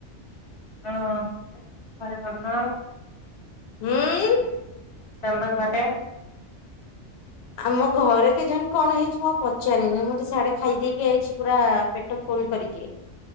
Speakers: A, on the left; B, on the left.
A: ହଁ, କଣ କହିଲ?
B: ହୁଁ?
A: ଚବଲ ମଟର <unintelligible>
B: ଆମ ଘରେ କେଜାଣି କଣ ହେଇଛି ମୁଁ ପଚାରିନି। ମୁଁ ତ ସାଡେ ଖାଇଦେଇକି ଆଇଛି ପୁରା ପେଟ ଫୁଲ କରିକି। <unintelligible>